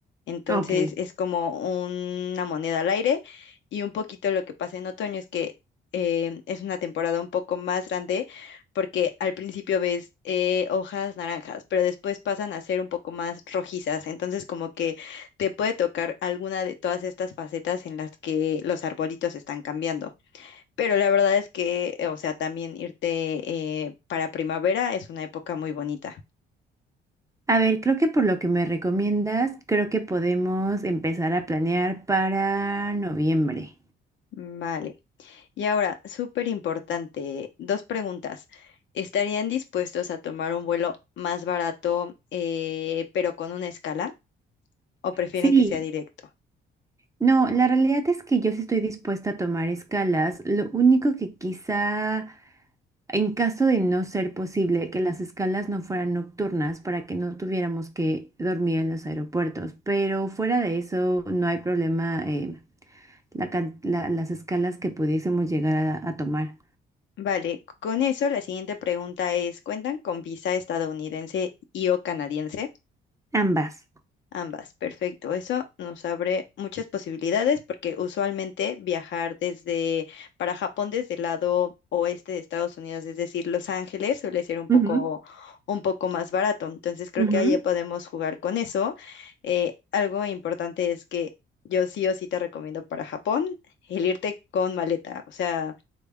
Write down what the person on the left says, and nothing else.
Entonces
es como una moneda al aire. Y un poquito lo que pasa en otoño es que eh, es una temporada un poco más grande porque al principio ves eh, hojas naranjas, pero después pasan a ser un poco más rojizas. Entonces como que te puede tocar alguna de todas estas facetas en las que los arbolitos están cambiando. Pero la verdad es que, eh, o sea, también irte eh, para primavera es una época muy bonita.
Vale. Y ahora, súper importante, dos preguntas. ¿Estarían dispuestos a tomar un vuelo más barato, eh, pero con una escala? ¿O prefieren
que sea directo?
Vale, con eso la siguiente pregunta es, ¿cuentan con visa estadounidense y o canadiense?
Ambas, perfecto. Eso nos abre muchas posibilidades porque usualmente viajar desde para Japón desde el lado oeste de Estados Unidos, es decir, Los Ángeles, suele ser un poco
un poco más barato. Entonces creo
que ahí ya podemos jugar con eso. Eh, algo importante es que yo sí o sí te recomiendo para Japón el irte con maleta. O sea,